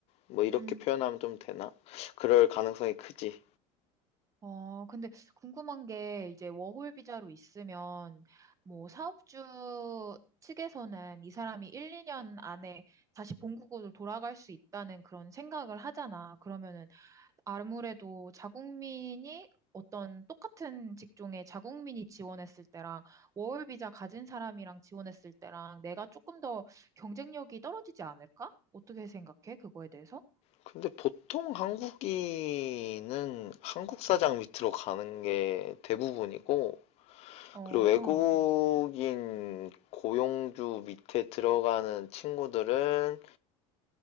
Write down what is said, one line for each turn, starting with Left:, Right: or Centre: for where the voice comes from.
Left: 뭐 이렇게
Right: 음.
Left: 표현하면 좀 되나? 그럴 가능성이 크지.
Right: 어, 근데 궁금한 게 이제 워홀 비자로 있으면 뭐 사업주 측에서는 이 사람이 1, 2년 안에 다시 본국으로 돌아갈 수 있다는 그런 생각을 하잖아. 그러면은 아무래도 자국민이 어떤 똑같은 직종에 자국민이 지원했을 때랑 워홀 비자 가진 사람이랑 지원했을 때랑 내가 조금 더 경쟁력이 떨어지지 않을까? 어떻게 생각해? 그거에 대해서?
Left: 근데 보통 한국인은 한국 사장 밑으로 가는 게 대부분이고,
Right: 어,
Left: 그리고 외국인 고용주 밑에 들어가는 친구들은